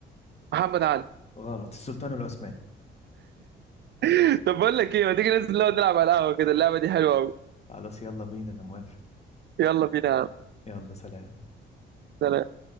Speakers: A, on the right; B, on the left.
A: محمد علي
B: غلط السلطان العثماني
A: <laughs> طب بقول لك إيه ما تيجي ننزل نقعد نلعب على القهوة كده اللعبة دي حلوة أوي
B: خلاص يلا بينا انا موافق
A: يلا بينا يا عم.
B: يلا سلام
A: سلام